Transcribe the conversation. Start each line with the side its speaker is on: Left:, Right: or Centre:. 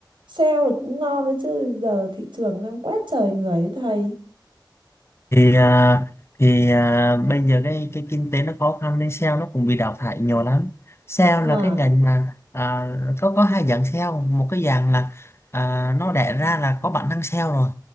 Right: sale là cũng ngon đấy chứ giờ thị trường đang quét trời người đấy thầy
Left: thì à, thì à, bây giờ cái cái kinh tế nó khó khăn nên sale nó cũng bị đào thải nhiều lắm sale
Right: à
Left: là cái ngành mà à, có có hai dạng sale một cái dạng là à, nó đẻ ra là có bản năng sale rồi